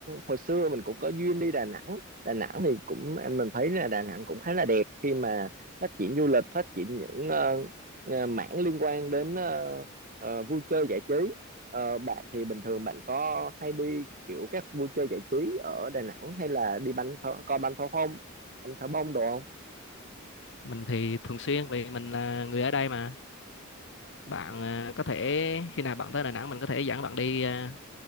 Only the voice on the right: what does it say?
hồi xưa mình cũng có duyên đi Đà Nẵng. Đà Nẵng thì cũng em mình thấy là Đà Nẵng cũng khá là đẹp khi mà phát triển du lịch, phát triển những ờ, ờ, mảng liên quan đến ờ, ờ, vui chơi giải trí. Ờ, bạn thì bình thường bạn có hay đi kiểu các vui chơi giải trí ở Đà Nẵng hay là đi bắn pháo, coi bắn pháo không, bắn pháo bông đồ không?